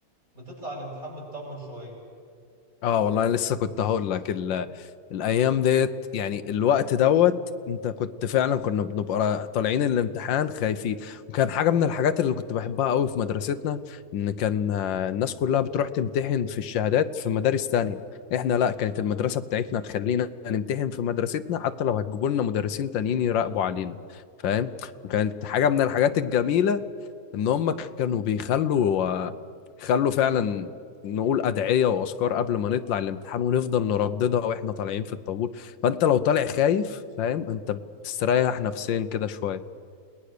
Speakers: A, on the right (about 45°); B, on the left (about 85°).
A: بتطلع الامتحان مطمن شوية
B: اه والله انا لسه كنت هقول لك ال... الايام ديت يعني الوقت دوت انت كنت فعلا كنا بنبقى طالعين الامتحان خايفين وكان حاجه من الحاجات اللي كنت بحبها قوي في مدرستنا ان كان آه، الناس كلها بتروح تمتحن في الشهادات في مدارس تانية احنا لا كانت المدرسه بتاعتنا تخلينا نمتحن في مدرستنا حتى لو هتجيبوا لنا مدرسين تانيين يراقبوا علينا فاهم وكانت حاجه من الحاجات الجميله ان هم كانوا بيخلوا آه، خلوا فعلا نقول ادعيه واذكار قبل ما نطلع الامتحان ونفضل نرددها واحنا طالعين في الطابور فانت لو طالع خايف فاهم انت بتستريح نفسيا كده شويه